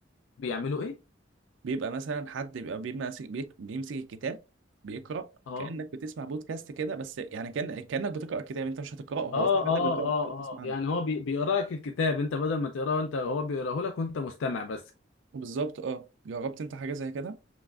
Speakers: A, on the left (about 80°); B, on the right (about 70°).
A: بيعملوا ايه
B: بيبقى مثلا حد بيبقى بيمسك بيك- بيمسك الكتاب بيقرأ
A: اه
B: كأنك بتسمع بودكاست كده بس يعني كأن كأنك بتقرأ كتاب انت مش هتقرأه هو
A: اه
B: في حد
A: اه
B: بيقرأه
A: اه
B: انت بتسمع
A: اه يعني
B: له
A: هو بي... بيقرا لك الكتاب انت بدل ما تقراه انت هو بيقراه لك وانت مستمع بس
B: بالظبط اه جربت انت حاجة زي كده